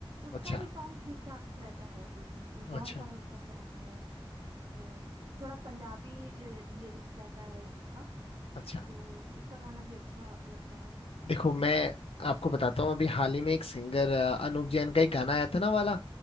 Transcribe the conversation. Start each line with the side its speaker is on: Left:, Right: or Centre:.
Right: उसका
Left: अच्छा
Right: भी सॉन्ग ठीक ठाक रहता है अम, बहुत
Left: अच्छा
Right: सारा उसका सॉन्ग है अ, थोड़ा पंजाबी लिरिक्स रहता है उसका
Left: अच्छा
Right: तो उसका गाना भी अच्छा लगता है
Left: देखो
Right: और
Left: मैं आपको बताता हूँ अभी हाल ही में एक सिंगर अनूप जैन का एक गाना आया था ना वाला